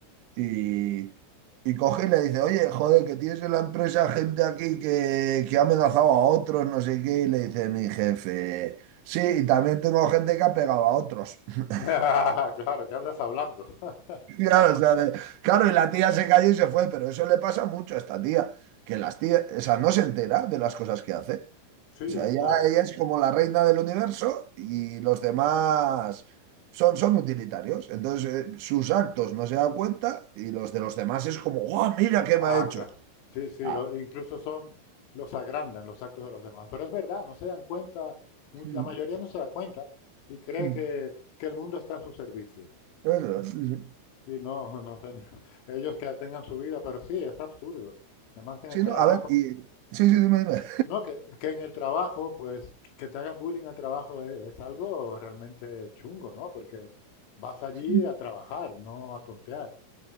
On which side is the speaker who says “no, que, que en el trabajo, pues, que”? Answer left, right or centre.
Left